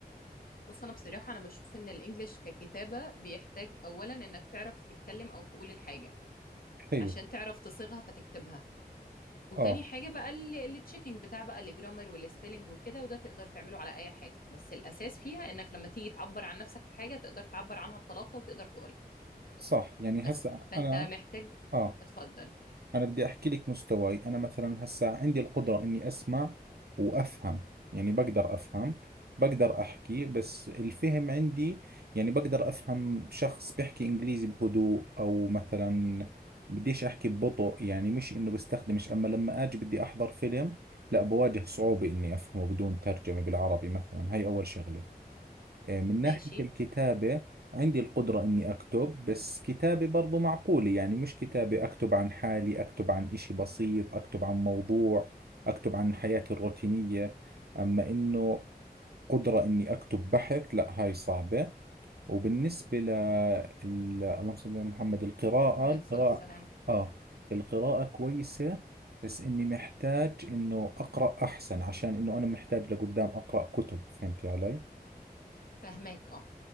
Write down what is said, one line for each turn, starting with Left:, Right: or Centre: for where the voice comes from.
Left: بص انا بصراحه انا بشوف ان الانجليش ككتابه بيحتاج اولا انك تعرف تتكلم او تقول الحاجه
Right: حلو
Left: عشان تعرف تصيغها فتكتبها وتاني
Right: آه
Left: حاجه بقى التشيكينج بتاع بقى الجرامر والسبيلنج وكده وده تقدر تعمله على اي حاجه بس الاساس فيها انك لما تيجي تعبر عن نفسك في حاجه تقدر تعبر عنها بطلاقه وتقدر تقولها
Right: صح يعني
Left: بس
Right: هسا
Left: فانت
Right: أنا
Left: محتاج
Right: آه
Left: اتفضل
Right: انا بدي احكي لك مستواي انا مثلا هسا عندي القدرة اني اسمع وافهم يعني بقدر افهم بقدر احكي بس الفهم عندي يعني بقدر افهم شخص بيحكي انجليزي بهدوء او مثلا بديش احكي ببطء يعني مش انه بستخدمش اما لما اجي بدي احضر فيلم لا بواجه صعوبة اني افهمه بدون ترجمة بالعربي مثلا هاي اول شغلة آه، من ناحية
Left: ماشي
Right: الكتابة عندي القدرة إني أكتب بس كتابة برضو معقولة يعني مش كتابة أكتب عن حالي أكتب عن إشي بسيط أكتب عن موضوع أكتب عن حياتي الروتينية أما إنه قدرة إني أكتب بحث لا هاي صعبة وبالنسبة ل ال- اللهم صل على محمد القراءة
Left: عليه
Right: القراءة
Left: الصلاه والسلام
Right: آه القراءة كويسة بس إني محتاج إنه أقرأ أحسن عشان إنه أنا محتاج لقدام أقرأ كتب فهمتي علي؟
Left: فهماك اه